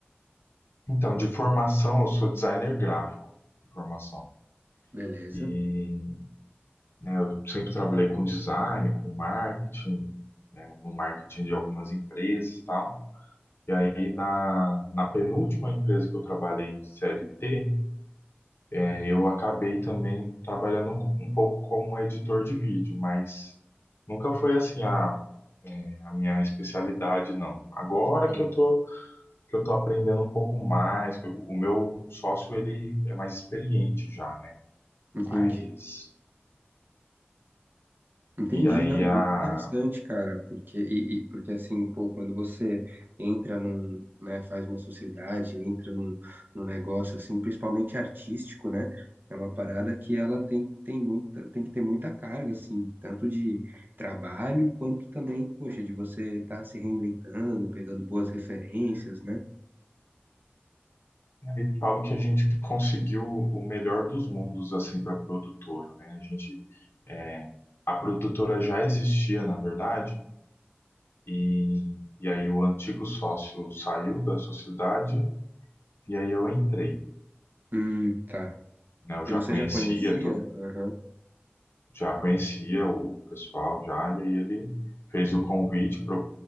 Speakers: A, on the left; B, on the right.
A: Então, de formação, eu sou designer gráfico de formação.
B: Beleza.
A: E né? Eu sempre trabalhei com design, com marketing, né, no marketing de algumas empresas e tal. E aí, na, na penúltima empresa que eu trabalhei, CLT, eh, eu acabei também trabalhando um, um pouco como editor de vídeo, mas nunca foi assim a, a minha especialidade, não. Agora
B: Sim.
A: que eu tô, que eu tô aprendendo um pouco mais, que eu- o meu sócio, ele é mais experiente já, né?
B: Entendi.
A: Mas...
B: Entendi,
A: E aí,
B: não, muito
A: a,
B: interessante, cara, porque e, e- porque assim, pô, quando você entra num, né, faz uma sociedade, entra num, num negócio assim, principalmente artístico, né? É uma parada que ela tem, tem muita, tem que ter muita carga, assim, tanto de trabalho quanto também, poxa, de você estar se reinventando, pegando boas referências, né?
A: Eu falo que a gente conseguiu o melhor dos mundos assim para a produtora, né? A gente é, a produtora já existia, na verdade, e, e aí o antigo sócio saiu da sociedade e aí eu entrei,
B: Hum, tá.
A: né? Eu
B: E
A: já
B: você
A: conhecia,
B: já conhecia?
A: to-
B: Aham,
A: já conhecia o pessoal já e aí ele fez o convite para